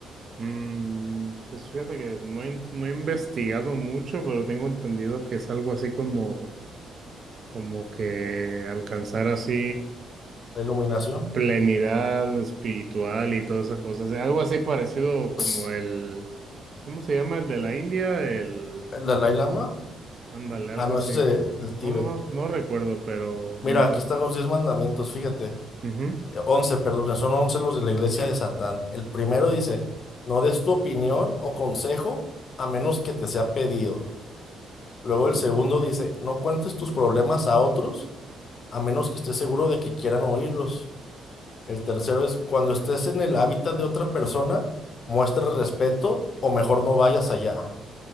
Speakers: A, on the right; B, on the left.
A: Mm, pues fíjate que no he, in- no he investigado mucho, pero tengo entendido que es algo así como, como que alcanzar así
B: La iluminación.
A: plenidad espiritual y todas esas cosas. Algo así parecido como
B: Ps,
A: el, ¿cómo se llama? El de la India, el,
B: ¿El Dalai Lama?
A: ándale, algo
B: Ah, no,
A: así.
B: ese es eh, del Tíbet.
A: No, no, no no recuerdo, pero
B: Mira,
A: mm,
B: aquí
A: va-
B: están los diez mandamientos, fíjate.
A: ujú,
B: Once, perdón, son once los de la iglesia de Satán. El primero dice, no des tu opinión o consejo a menos que te sea pedido. Luego
A: Okay,
B: el segundo dice, no cuentes tus problemas a otros a menos que estés seguro de que quieran oírlos. El tercero es, cuando estés en el hábitat de otra persona, muestra respeto o mejor no vayas allá.